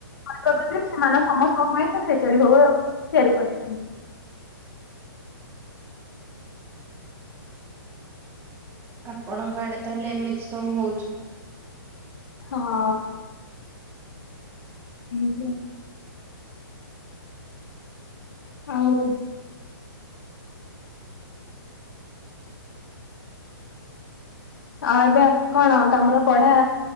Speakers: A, on the left; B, on the right.
A: ମ ପ୍ରକତିରେ ସେମାନେ ସମସ୍ତଙ୍କ ପାଇଁ ସେ ଖେଚଡି ଭୋଗ ତିଆରି କରିୁଛନ୍ତି।
B: ଆପଣଙ୍କ ଆଡେ ତାହେଲେ ଏମିତି ସବୁ ହଉଚି?
A: ହଁ ଏମିତି ଆଉ। ହଉ। ଆଉ ଏବେ କଣ ତମର ପଢା